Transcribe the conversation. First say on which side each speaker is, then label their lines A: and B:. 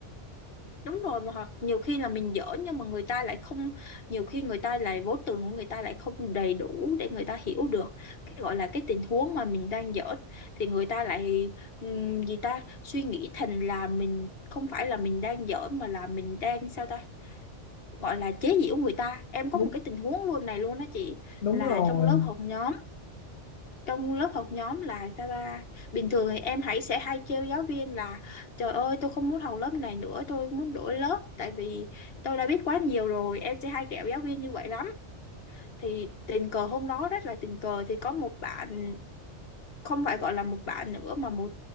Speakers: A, on the left; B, on the left.
A: đúng rồi mà hoặc nhiều khi là mình dở nhưng mà người ta lại không nhiều khi người ta lại vốn từ của người ta lại không đầy đủ để người ta hiểu được cái gọi là cái tình huống mà mình đang dở thì người ta lại ừm, gì ta suy nghĩ thành là mình không phải là mình đang dở mà là mình đang sao ta gọi là chế giễu người ta em có
B: đúng
A: một cái tình huống luôn này luôn đó chị
B: đúng
A: là
B: rồi
A: trong lớp học nhóm trong lớp học nhóm là sao ta bình thường thì em hãy sẽ hay trêu giáo viên là trời ơi tôi không muốn học lớp này nữa tôi muốn đổi lớp tại vì tôi đã biết quá nhiều rồi em sẽ hay ghẹo giáo viên như vậy lắm thì tình cờ hôm đó rất là tình cờ thì có một bạn không phải gọi là một bạn nữa mà một